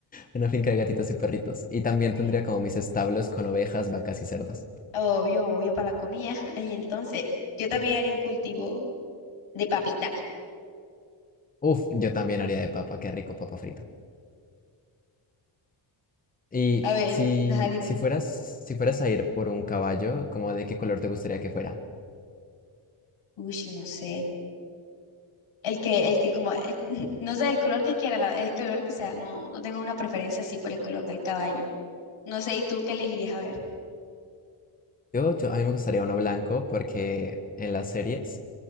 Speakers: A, on the left; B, on the left.
A: Una finca de gatitos y perritos. Y también
B: Mm.
A: tendría como mis establos con ovejas, vacas y cerdos.
B: Obvio, obvio para la comida. <laughs> ahí entonces, yo también haría un cultivo de papita.
A: Uf, yo también haría de papa, qué rico papa frito. Y
B: A ver,
A: si,
B: nada, dime.
A: si fueras, si fueras a ir por un caballo, ¿cómo de qué color te gustaría que fuera?
B: Uy, no sé. El que, el que como, eh, <laughs> no sé, el color que quiera, la- el color que sea, no, no tengo una preferencia así por el color del caballo. No sé, ¿y tú qué elegirías? A ver.
A: Yo, yo, a mí me gustaría uno blanco porque en las series,